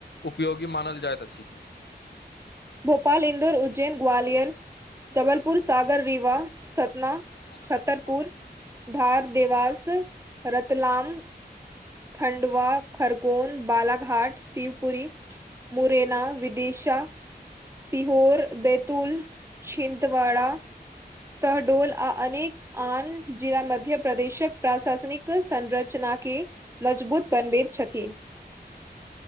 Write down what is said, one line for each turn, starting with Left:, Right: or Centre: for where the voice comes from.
Left: उपयोगी मानल जाइत अछी।
Right: भोपाल, इन्दौर, उज्जैन, ग्वालियर, जबलपुर, साागर, रीवा सतना,
Left: अछि
Right: छतरपुर, धार देवास, रतलाम। खंडवा, खरगोनह, बालघाट, शिवपुरी। मुरेना, विदिशा। सिहौंर, बैतूल, छिंतवड़ा, सहडोल, आ अनेक आन जिला मध्य प्रदेशक, प्राशासनिक संरचना के मजबूत बनबैत छथी।